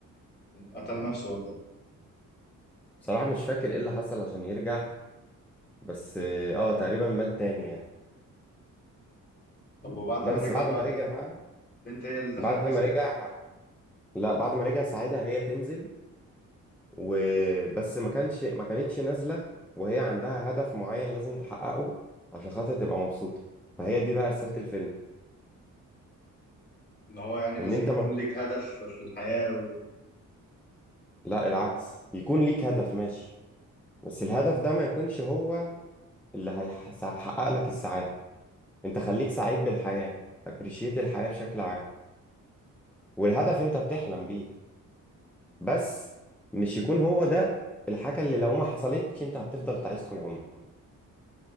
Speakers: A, on the left (about 30°); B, in the centre.
A: قتل نفسه ولا ايه؟
B: بصراحه مش فاكر ايه اللي حصل عشان يرجع بس اه تقريبا مات تاني يعني
A: طب وبعد
B: بس
A: ما <laughs> رجعوا
B: بعد
A: بقى
B: ما رجع بقى
A: البنت هي اللي دخلت
B: بعد ما
A: جسمه
B: رجع
A: بقى
B: لا بعد ما رجع ساعتها هي تنزل وبس ما كانش ما كانتش نازلة وهي عندها هدف معين لازم تحققه عشان خاطر تبقى مبسوطة فهي دي بقى رسالة الفيلم
A: ان هو يعني لازم
B: ان انت
A: يكون
B: ما...
A: ليك هدف في الحياة و...
B: لا العكس يكون ليك هدف ماشي بس الهدف ده ما يكونش هو اللي هيحقق لك السعادة انت خليك سعيد بالحياة appreciate الحياة بشكل عام والهدف انت بتحلم بيه بس مش يكون هو ده الحاجة اللي لو ما حصلتش انت هتفضل تعيس طول عمرك